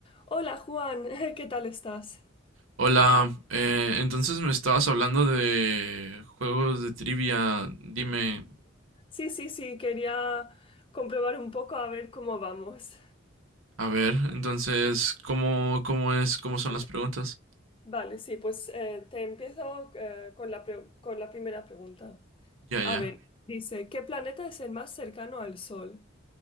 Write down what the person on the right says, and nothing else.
Hola, eh, entonces me estabas hablando de juegos de trivia. Dime,
a ver,
entonces, ¿cómo, cómo es, cómo son
las preguntas?
Ya,
ya.